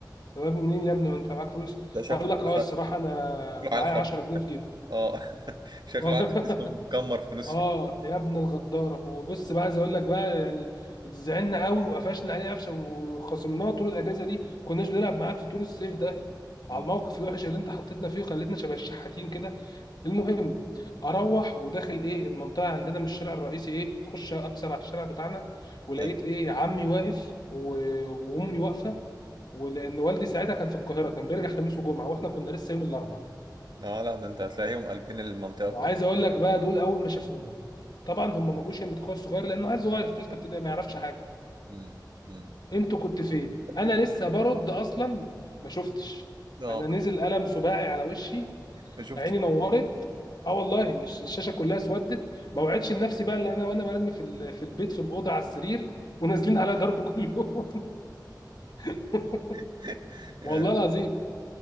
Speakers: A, on the left (about 65°); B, on the right (about 70°).
A: طب يا ابني منين يا ابني وانت معاك فلوس
B: ده شكله
A: قال لك اه
B: خ-
A: الصراحه انا
B: شكله
A: معايا
B: عيل خبيث
A: 10 جنيه في جيبي
B: اه <laughs> شكله
A: <laughs>
B: عيل خبيث مكمر فلوس
A: اه
B: فيه
A: يا ابن الغداره وبص بقى عايز اقول لك بقى يعني زعلنا قوي وقفشنا عليه قفشه وخصمناه طول الاجازه دي كناش بنلعب معاه في طول الصيف ده
B: مم.
A: على الموقف الوحش اللي انت حطيتنا فيه وخلتنا شبه الشحاتين كده المهم اروح وداخل ايه المنطقه عندنا من الشارع الرئيسي ايه اخش اكسر على الشارع بتاعنا ولقيت
B: ايوه
A: ايه عمي واقف و- وامي واقفه ولان والدي ساعتها كان في القاهره كان بيرجع خميس وجمعه واحنا كنا لسه يوم الاربعاء
B: لا لا ده انت هتلاقيهم قلبين المنطقة كلها
A: وعايز اقول لك بقى دول اول ما شافونا طبعا هم ما جوش المتخصص صغير لانه عيل صغير في ثالثه ابتدائي ما يعرفش حاجه
B: امم امم
A: انتوا كنت فين
B: <laughs>
A: انا لسه برد اصلا ما شفتش
B: اه
A: انا نزل قلم سباعي على وشي
B: ما شفت
A: عيني نورت اه والله الش- الشاشه كلها اسودت ما وعدتش لنفسي بقى اللي انا وانا مرمي في ال- في البيت في الاوضه على السرير ونازلين عليا ضرب كل يوم <laughs>
B: <laughs> يعني
A: والله العظيم